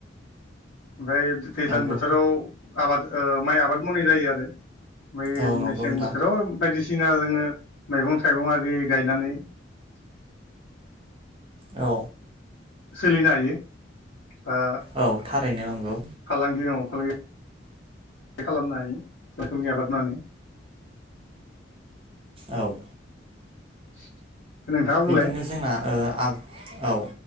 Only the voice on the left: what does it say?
ओमफ्राय दैज्लां
बोथोराव आबाद माइ आबाद मावनाय जायो आरो। बै
मेसें
बोथोराव बायदिसिना ना जोङो मैगं थाइगं आरि गायनानै
सोलिनो हायो आं
फालांगियाव फालांगि खालामनो हायो रोखोमनि आबाद मावनानै
<inaudible> बुंलाय